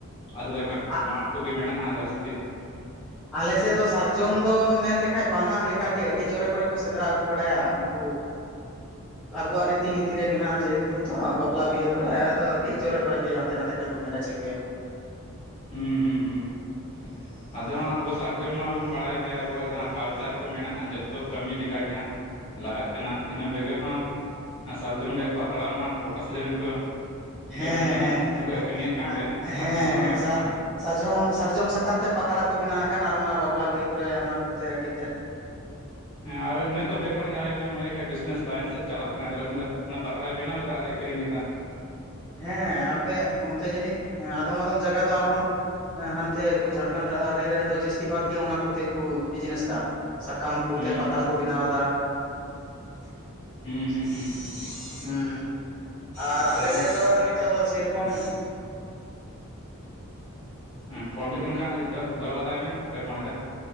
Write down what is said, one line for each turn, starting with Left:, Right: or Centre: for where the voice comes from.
Left: ᱟᱪᱪᱷᱟ
Centre: ᱟᱞᱮ
Left: <unintelligible> ᱠᱟᱸᱡ ᱢᱟᱴ ᱠᱚᱜᱮ ᱢᱮᱱᱟᱜ ᱦᱟᱸᱜ ᱡᱟᱹᱥᱛᱤ ᱾
Centre: ᱟᱞᱮ ᱥᱮᱫ ᱫᱚ ᱥᱟᱨᱡᱚᱢ ᱫᱚ ᱢᱮᱱ ᱞᱮᱠᱷᱟᱡ ᱵᱟᱝᱟᱜ ᱞᱮᱠᱟ ᱜᱮ ᱟᱹᱰᱤ ᱡᱳᱨᱮ ᱠᱚᱨᱮ ᱠᱚ ᱥᱮᱸᱫᱽᱨᱟ ᱟᱹᱜᱩ ᱠᱚ ᱵᱟᱲᱟᱭᱟ ᱩᱱᱠᱩ ᱾ ᱟᱵᱩᱣᱟᱜ ᱨᱤᱛᱤ ᱱᱤᱛᱤ ᱨᱮ ᱢᱮᱱᱟᱜᱼᱟ ᱡᱮᱦᱮᱛᱩ ᱛᱚ ᱵᱟᱯᱞᱟ ᱵᱤᱦᱟᱹ ᱠᱚᱨᱮ ᱟᱫᱚ ᱟᱹᱰᱤ ᱡᱳᱨᱮ ᱠᱚᱨᱮ ᱜᱮ ᱦᱟᱱᱛᱮ ᱱᱟᱛᱮ ᱠᱷᱚᱡ ᱠᱚ ᱢᱮᱱᱮᱡ ᱟᱹᱜᱩᱭᱟ ᱾
Left: ᱦᱩᱸ ᱦᱩᱸ ᱦᱩᱸ ᱾ ᱟᱫᱚ ᱦᱟᱸᱜ ᱟᱵᱚ ᱥᱟᱨᱡᱚᱢ ᱢᱟᱵᱚᱱ ᱵᱟᱲᱟᱭ ᱜᱮᱭᱟ ᱟᱵᱚᱣᱟᱜ ᱡᱟᱦᱟᱸ ᱠᱟᱞᱪᱟᱨ ᱠᱚ ᱢᱮᱱᱟᱜᱼᱟ ᱡᱚᱛᱚ ᱠᱟᱹᱢᱤ ᱞᱮᱠᱟ ᱜᱮ ᱦᱟᱸᱜ ᱞᱟᱜᱟᱜ ᱠᱟᱱᱟ ᱤᱱᱟᱹ ᱵᱮᱜᱚᱨ ᱦᱚᱸ ᱥᱟᱨᱡᱚᱢ ᱨᱮᱭᱟᱜ ᱯᱟᱛᱲᱟ ᱢᱟ ᱦᱟᱸᱜ ᱜᱚᱴᱟ ᱥᱤᱡᱤᱱ ᱜᱮᱠᱚ
Centre: ᱦᱮᱸ
Left: ᱡᱚᱢᱮᱫ ᱠᱟᱱᱟ
Centre: ᱦᱮᱸ
Left: ᱥᱮᱠᱚ
Centre: ᱦᱮᱸ ᱦᱮᱸ,
Left: ᱟᱹᱠᱷᱨᱤᱧᱮᱫ ᱠᱟᱱ
Centre: ᱟᱨ
Left: ᱜᱮᱭᱟ ᱦᱟᱸᱜ ᱥᱟᱨᱡᱚᱢ
Centre: ᱦᱮᱸ
Left: ᱯᱟᱛᱲᱟ
Centre: ᱦᱮᱸ
Left: ᱠᱚᱢᱟ
Centre: ᱥᱟᱜ ᱥᱟᱡᱽᱨᱚᱢ ᱥᱟᱨᱡᱚᱢ ᱥᱟᱠᱟᱢ ᱛᱮ ᱯᱟᱛᱲᱟ ᱠᱚ ᱵᱮᱱᱟᱣᱮᱜ ᱠᱟᱱ, ᱟᱨ ᱚᱱᱟ ᱵᱟᱯᱞᱟ ᱵᱤᱦᱟᱹ ᱠᱚᱨᱮ ᱚᱱᱟ ᱠᱚᱛᱮ ᱟᱹᱰᱤ ᱛᱮᱫ ᱾
Left: ᱦᱮᱸ ᱟᱨ ᱤᱱᱟᱹ ᱠᱚ ᱵᱮᱜᱚᱨ ᱦᱚᱸ ᱡᱟᱦᱟᱸᱭ ᱡᱩᱫᱤ ᱢᱚᱱᱮᱭ ᱠᱷᱟᱡ ᱵᱤᱥᱱᱮᱥ ᱞᱟᱭᱤᱱ ᱥᱮᱜ ᱪᱟᱞᱟᱜ ᱠᱟᱱᱟᱭ ᱛᱟᱦᱚᱞᱮ ᱩᱱᱤ ᱫᱚ ᱚᱱᱟ ᱯᱟᱛᱲᱟᱭ ᱵᱮᱱᱟᱣ ᱮᱫᱟ ᱟᱨ ᱮ ᱟᱹᱠᱷᱨᱤᱧ ᱮᱫᱟ ᱾
Centre: ᱦᱮᱸ ᱟᱯᱮ ᱚᱱᱛᱮ ᱡᱟᱹᱱᱤᱡ ᱟᱫᱚᱢ ᱟᱫᱚᱢ ᱡᱟᱜᱟ ᱫᱚ ᱟᱨᱦᱚᱸ ᱦᱟᱱᱛᱮ ᱠᱩ ᱡᱷᱟᱲᱠᱷᱚᱱᱰ ᱟᱨᱤ ᱨᱮᱱ ᱫᱚ ᱡᱟᱹᱥᱛᱤ ᱵᱷᱟᱜ ᱜᱮ ᱚᱱᱟ ᱠᱚᱛᱮ ᱠᱩ ᱵᱤᱡᱽᱱᱮᱥ ᱫᱟ ᱥᱟᱠᱟᱢ, ᱠᱩᱛᱮ
Left: ᱦᱩᱸ
Centre: ᱯᱟᱛᱲᱟ ᱠᱚ ᱵᱮᱱᱟᱣᱫᱟ ᱾
Left: ᱦᱩᱸ ᱦᱩᱸ ᱦᱩᱸ
Centre: ᱦᱩᱸ ᱟᱨ
Left: ᱟᱫᱚ
Centre: ᱟᱞᱮ ᱥᱮᱫ ᱫᱚ ᱱᱤᱛᱚᱜ ᱫᱚ ᱥᱮᱨᱚᱠᱚᱢ
Left: ᱦᱮᱸ ᱯᱷᱳᱱ ᱡᱩᱜ ᱠᱟᱱ ᱠᱷᱟᱡ ᱫᱚ ᱫᱚᱦᱚ ᱠᱟᱛᱟᱭ ᱢᱮ ᱚᱠᱚᱭᱮ ᱯᱷᱳᱱ ᱮᱫᱟ ᱾